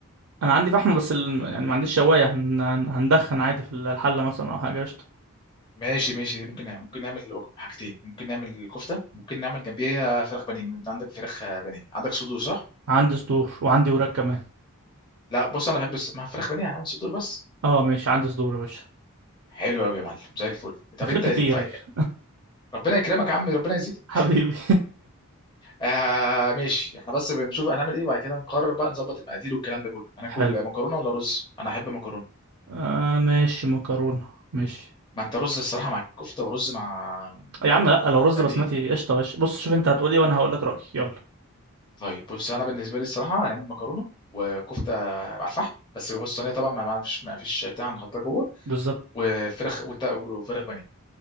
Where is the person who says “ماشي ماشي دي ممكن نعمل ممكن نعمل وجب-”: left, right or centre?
Left